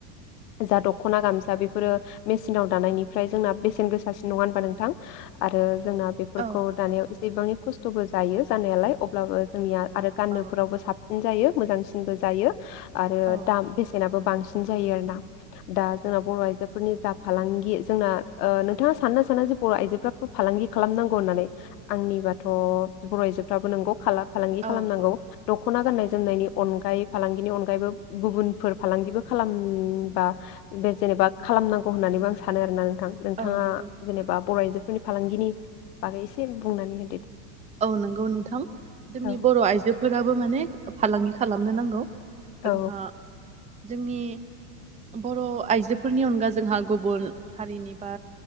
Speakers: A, on the left; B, on the right.
A: जा दखना गामसा बेफोरो मेसिनाव दानायनिफ्राय जोंना बेसेन गोसासिन नङा होनबा नोंथां आरो जोंना बेफोरखौ
B: औ
A: दानायाव एसे बिबांनि खस्थ स्थबो जायो जानायालाय अब्लाबो जोंनिया आरो गान्नोफोरावबो
B: औ
A: साबसिन जायो। मोजांसिनबो जायो आरो
B: औ
A: दाम बेसेनाबो बांसिन सिन जायो आरो ना दा जोंना बर' आइजोफोरनि दा फालांगि जोंना ओ नोंथाङा सानना साना जे बर' आइजोफ्राबो फालांगि खालामनांगौ होननानै आंनि बा थ बर' आइजोफ्राबो नोंगौ खाला फालांगि खालामनांगौ।
B: औ औ
A: दखना गाननाय जोमनायनि अनगायै फालांगिनि अनगायैबो गुबुनफोर फालांगिबो खालामबा बे जेनेबा खालामनांगौ होननानैबो आं सानो आरोना। थां नोंथाङा
B: औ नंगौ नोंथां
A: जेनेबा बर' आइजोफोरनि फालांगिनि बागै एसे बुंनानै होदो दे।
B: औ नंगौ नोंथां जोंनि
A: औ
B: बर' आइजोफोराबो माने फालांगि खालामनो नांगौ।
A: औ
B: जोंहा जोंनि बर' आइजोफोरनि अनगा जोंहा गुबुन हारिनि बा